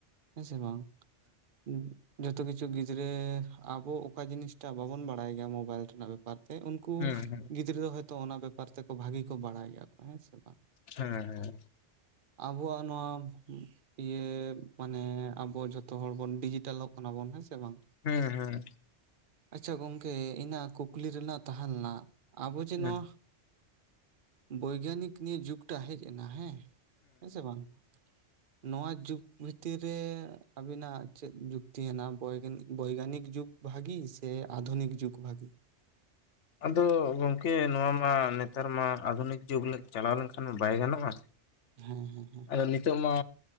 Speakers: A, on the right; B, on the left.
A: ᱦᱮᱸ ᱥᱮ ᱵᱟᱝ ᱦᱩᱸ ᱡᱚᱛᱚ ᱠᱤᱪᱷᱩ ᱜᱤᱫᱽᱨᱟᱹ ᱟᱵᱚ ᱚᱠᱟ ᱡᱤᱱᱤᱥᱴᱟ ᱵᱟᱵᱚᱱ ᱵᱟᱲᱟᱭ ᱜᱮᱭᱟ ᱢᱳᱵᱟᱭᱤᱞ ᱨᱮᱱᱟᱜ ᱵᱮᱯᱟᱨ ᱮᱸ ᱩᱱᱠᱩ
B: ᱦᱮᱸ ᱦᱮᱸ ᱦᱮᱸ
A: ᱜᱤᱫᱽᱨᱟᱹ ᱫᱚ ᱦᱚᱭᱛᱳ ᱚᱱᱟ ᱵᱮᱯᱟᱨ ᱛᱮᱠᱚ ᱵᱷᱟᱜᱤ ᱠᱚ ᱵᱟᱲᱟᱭ ᱜᱮᱭᱟ ᱠᱚ ᱦᱮᱸ ᱥᱮ ᱵᱟᱝ
B: ᱦᱮᱸ ᱦᱮᱸ
A: ᱟᱵᱚᱣᱟᱜ ᱱᱚᱣᱟ ᱤᱭᱟᱹ ᱢᱟᱱᱮ ᱟᱵᱚ ᱡᱷᱚᱛᱚ ᱦᱚᱲ ᱵᱚᱱ ᱰᱤᱡᱤᱴᱮᱞᱚᱜ ᱠᱟᱱᱟ ᱵᱚᱱ ᱦᱮᱸᱥᱮ ᱵᱟᱝ
B: ᱦᱮᱸ ᱦᱮᱸ <unintelligible>
A: ᱟᱪᱪᱷᱟ ᱜᱚᱝᱠᱮ ᱤᱧᱟᱹᱜ ᱠᱩᱠᱞᱤ ᱨᱮᱱᱟᱜ ᱛᱟᱦᱮᱸ ᱞᱮᱱᱟ ᱟᱵᱚ ᱡᱮ
B: ᱦᱮᱸ
A: ᱱᱚᱣᱟ ᱵᱳᱭᱜᱟᱱᱤᱠ ᱱᱤᱭᱮ ᱡᱩᱜᱽᱴᱟᱜ ᱦᱮᱡ ᱮᱱᱟ ᱦᱮᱸ ᱦᱮᱸ ᱥᱮ ᱵᱟᱝ ᱱᱚᱣᱟ ᱡᱩᱜᱽ ᱵᱷᱤᱛᱤᱨ ᱨᱮ ᱟᱵᱤᱱᱟᱜ ᱪᱮᱫ ᱡᱩᱠᱛᱤ ᱦᱮᱱᱟᱜ ᱵᱳᱭᱜᱟᱱᱤᱠ ᱡᱩᱜᱽ ᱵᱷᱟᱜᱤ ᱥᱮ ᱟᱫᱷᱩᱱᱤᱠ ᱡᱩᱜᱽ ᱵᱷᱟᱜᱮ
B: ᱟᱫᱚ ᱜᱚᱝᱠᱮ ᱱᱚᱣᱟ ᱢᱟ ᱱᱮᱛᱟᱨ ᱢᱟ ᱟᱫᱷᱩᱱᱤᱠ ᱡᱩᱜᱽ ᱪᱟᱞᱟᱣ ᱞᱮᱱᱠᱷᱟᱱ ᱵᱟᱭ ᱜᱟᱱᱚᱜᱼᱟ
A: ᱦᱮᱸ ᱦᱮᱸ ᱦᱮᱸ
B: ᱟᱫᱚ ᱱᱤᱛᱚᱜ ᱢᱟ